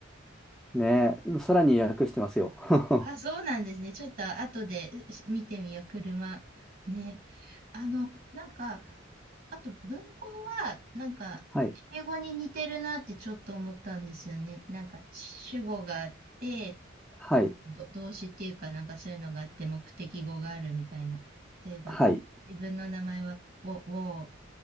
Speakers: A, in the centre; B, on the right.
A: ね、さらに略してますよ。<laughs>
B: あ、そうなんですね。ちょっと後でし見てみよう、車。ね。あの、なんか、あと文法は、なんか、
A: はい。
B: 英語に似てるなってちょっと思ったんですよね。なんか、主語があって、
A: はい。
B: なんかど動詞っていうか、なんかそういうのがあって、目的語があるみたいな。例えば、
A: はい。
B: 自分の名前は、ウォ、ウォー、